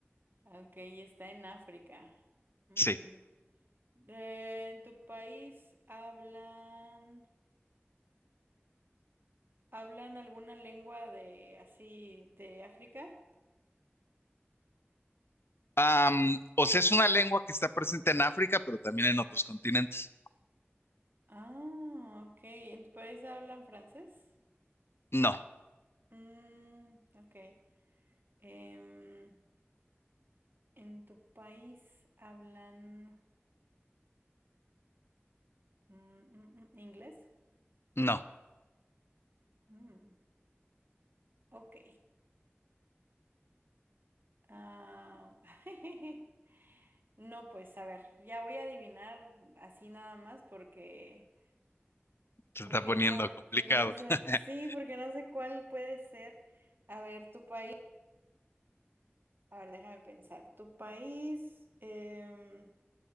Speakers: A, on the right; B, on the left.
A: ok, y está en África. Mm,
B: sí.
A: de- ¿en tu país hablan, hablan alguna lengua de así de África?
B: Am, o sea, es una lengua que está presente en África, pero también en otros continentes.
A: Ah, ok, ¿en tu país hablan francés?
B: No,
A: Mm, ok. Em, ¿en tu país hablan mm, mm, mm, inglés?
B: no,
A: Mm, ok. Ah, <laughs> no, pues a ver, ya voy a adivinar así nada más porque,
B: se
A: porque
B: está poniendo
A: no,
B: complicado.
A: porque no sé,
B: <laughs>
A: sí, porque no sé cuál puede ser. A ver, tu país, a ver, déjame pensar. ¿Tu país em,